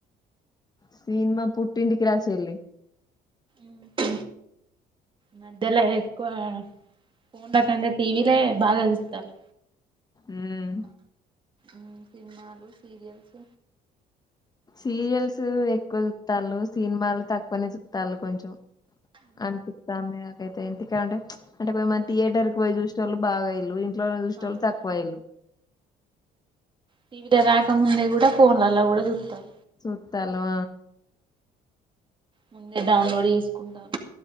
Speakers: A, on the left; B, on the right.
A: సీన్మా పుట్టింటికి రా చెల్లి
B: ఊహూ మధ్యలో ఎక్కువ ఫోన్లో కంటే టీ వీ లే బాగా చూస్తారు
A: ఉమ్,
B: ఉమ్ సినిమాలు సీరియల్స్
A: సీరియల్స్ ఎక్కువ చుతాలుు సినిమాలు తక్కువనే చుతాలు కొంచెం అన్పిత్తాంది <inaudible> ఇగ ఇంటికాడుంటే అంటే <unintelligible> మంది థియేటర్ క పోయి చూసేటోళ్ళు బాగా అయ్యిర్రు ఇంట్లో నా చూసేటోళ్ళు
B: అవును
A: తక్కువ అయ్యింది
B: టి వి ధ రాకముందే కూడా ఫోన్లాళ్ళ కూడా చూతారు
A: చూత్తను
B: ముందే డౌన్లోడ్ చేసుకుంటారు